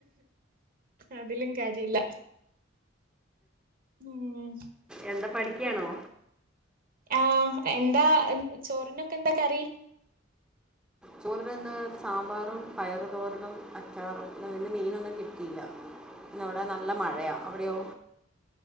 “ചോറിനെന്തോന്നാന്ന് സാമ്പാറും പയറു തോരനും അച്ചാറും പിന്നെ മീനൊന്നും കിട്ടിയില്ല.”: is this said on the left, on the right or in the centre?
Centre